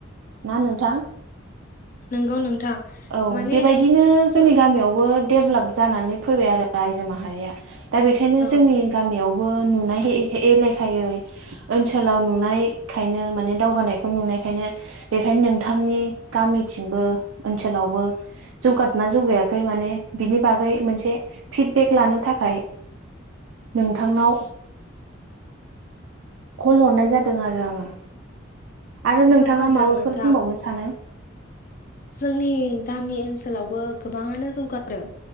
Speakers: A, on the right; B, on the left.
A: ना नोंथां?
B: नोंगौ नोंथां।
A: औ
B: माने
A: बेबायदिनो जोंनि
B: थर
A: गामियावबो डेभलाप जानानै फैबाय आरो आइजो माहारिया। दा बेखायनो
B: औ
A: जोंनि गामियावबो नुनायहै एलेखायै ओनसोलाव नुनायखायनो माने दावगानायखौ नुनायखायनो बेखायनो नोंथांनि गामिथिंबो ओनसोलावबो जौगादोंना जौगायाखै माने बिनि बागै मोनसे फिडबेक लानो थाखाय नोंथांनाव कल हरनाय जादों आरो आङो आरो नोंथाङा
B: जौगादों
A: माबाफोर
B: नोंथां
A: बुंबावनो सानो
B: जोंनि गामि ओनसोलावबो गोबाङानो जौगानाय आरो